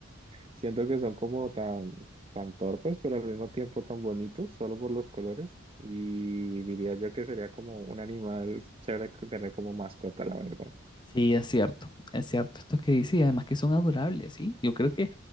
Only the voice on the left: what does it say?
Sí, es cierto, es cierto esto que dice y además que son adorables, ¿sí? Yo creo que